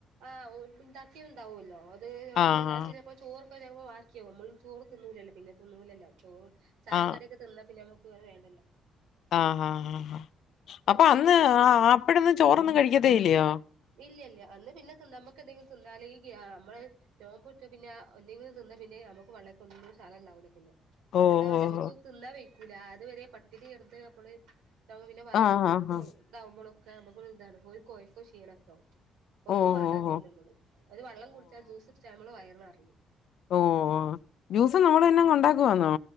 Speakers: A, on the right; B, on the left.
A: ആഹ ഉണ്ടാക്കിയണ്ടാവുല്ലോ, അത് നമ്മ <unintelligible>
B: ആഹാ.
A: ചോർ <unintelligible> വാക്കിയാവും നമ്മളുചോറ് തിന്നുലല്ലോ. പിന്നെ തിന്നൂലല്ലോ. ചോറ് ചായേം
B: ആ.
A: കടിയൊക്കെ, തിന്നാ പിന്നെ നമുക്ക് അത് വേണ്ടല്ലാ.
B: ആ ഹാ ഹാ അപ്പൊ
A: സെല്ലാജിൽ
B: അന്ന്
A: വെക്കും
B: ആ ആ അപ്പഴന്ന് ചോറൊന്നും കഴിക്കത്തെ ഇല്ലയോ.
A: ഇല്ല്യല്ല്യ അന്ന് പിന്നെ തിന്ന നമ്മെക്കെന്തെങ്കില് ഈ ഗ്യാ നമ്മള്. നോബുറ്റ് പിന്നെ ആ എന്തെങ്കിലും തിന്ന പിന്നെ നമ്മക്ക് പള്ളേക് ഒന്നും സലംണ്ടാവുല പിന്നെ. സലംണ്ടാവല്ല
B: ഓഹോഹോ!
A: നമ്മുക്ക് തിന്നാ വയിക്കൂല അത് വരെ പട്ടിണികെട്ന്ന് അപ്പള്. താവുബോ പിന്നെ വയറിൽകും
B: ആഹാഹാ.
A: ഇതാവുമ്പോളൊക്കെ നമ്മക്കൊരു താണ്. ഒരു കോയക്കോ ക്ഷീണൊക്കെവും. ഒന്നും
B: ഓഹോഹോ!
A: മാണ്ട തോന്നു മ്മള് ഒരു വള്ളം കുടിച്ചാ ജ്യൂസ്ടുച്ചാ നമ്മള് വയറ്ന്നർഞ്ഞ്
B: ഓ ഓ ജ്യൂസും നമ്മൾന്നെഅങ്ങ് ഉണ്ടാക്കുവാന്നോ